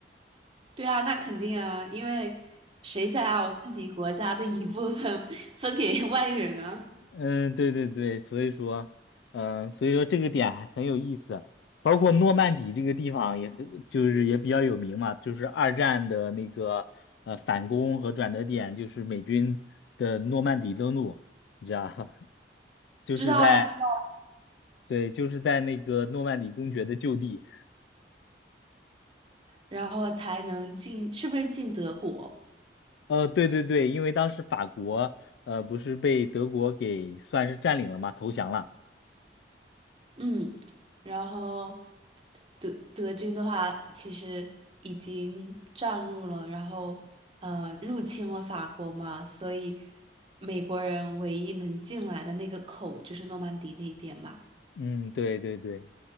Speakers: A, on the right (about 30°); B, on the left (about 70°).
A: 对啊，那肯定啊，因为谁想要自己国家的一部分 <laughs> 分给外人啊？
B: 嗯，对对对，所以说，嗯、所以说这个点还很有意思。包括诺曼底这个地方也很，就是也比较有名嘛，就是二战的那个呃反攻和转折点，就是美军的诺曼底登陆，你知道吧，<laughs> 就是在
A: 知道呀，知道，
B: 对，就是在那个诺曼底公爵的旧地。
A: 然后才能进，是不是进德国？
B: 呃，对对对，因为当时法国呃不是被德国给算是占领了嘛，投降了。
A: 嗯，然后德德军的话，其实已经占入了，然后呃入侵了法国嘛，所以美国人唯一能进来的那个口就是诺曼底那边嘛。
B: 嗯，对对对。